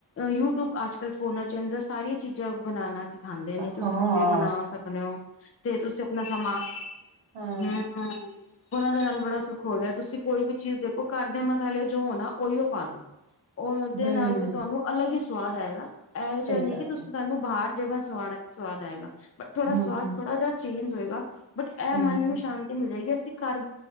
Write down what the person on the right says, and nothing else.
ਹਾਂ,
ਹਾਂ,
ਹੂੰ,
ਸਹੀ
ਗੱਲ
ਐ।
ਹੂੰ,
ਹੂੰ,
ਹੂੰ,
ਹੂੰ।